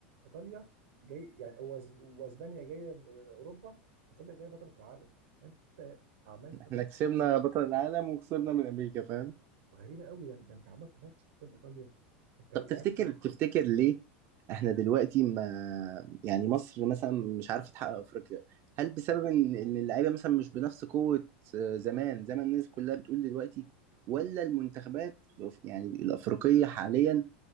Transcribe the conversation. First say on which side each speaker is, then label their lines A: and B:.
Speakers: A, on the right; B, on the right.
A: ايطاليا جاي يعني وأس- واسبانيا جايه اوروبا ايطاليا جايه بطله العالم فانت عملت
B: احنا
A: ماتش
B: كسبنا بطل العالم وخسرنا من امريكا فاهم
A: غريبه قوي ده, ده انت عملت ماتش قدام ايطاليا انت لعبت
B: طب تفتكر تفتكر ليه احنا دلوقتي ما يعني مصر مثلا مش عارفه تحقق افريقيا هل بسبب ان إن اللعيبه مثلا مش بنفس قوه آه، زمان زي ما الناس كلها بتقول دلوقتي ولا المنتخبات يعني الافريقيه حاليا